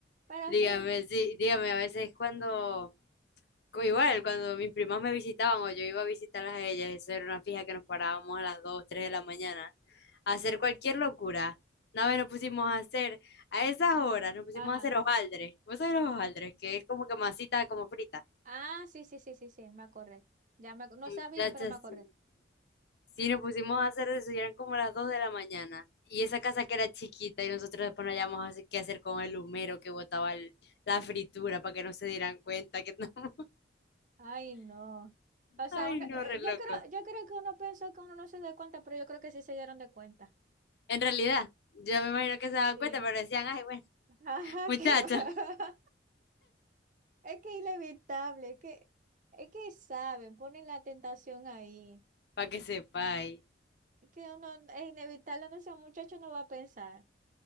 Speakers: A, on the right; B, on the left.
A: Pero
B: Dígame,
A: sí.
B: sí, dígame, a veces cuando. co- Igual, cuando mis primas me visitaban o yo iba a visitarlas a ellas, eso era una fija que nos parábamos a las 2 3 de la mañana a hacer cualquier locura. Una vez nos pusimos a hacer, a esas horas nos pusimos
A: Ajá.
B: a hacer hojaldres. ¿Vos sabés los hojaldres? Que es como que masita como frita.
A: Ah, sí, sí, sí, sí, sí, me acordé. Ya me, ac- no
B: Muchachas,
A: sabía, pero me acordé.
B: sí. Sí, nos pusimos a hacer de eso y eran como las 2 de la mañana. Y esa casa que era chiquita y nosotros después no hallábamos así qué hacer con el humero que botaba el- la fritura para que no se dieran cuenta que no. <laughs>
A: Ay, no. O sea,
B: Ay,
A: uno,
B: no,
A: eh,
B: re loco.
A: yo creo, yo creo que uno pensó que uno no se dio cuenta, pero yo creo que sí se dieron de cuenta.
B: En realidad, yo me imagino que se daban
A: Sí.
B: cuenta, pero decían, ay, bueno,
A: <laughs> Ajá,
B: <laughs> muchachos,
A: qué va. <laughs> Es que es inevitable, es que, es que saben, ponen la tentación ahí.
B: para que sepáis.
A: Es que uno es inevitable, no sea muchacho, no va a pensar.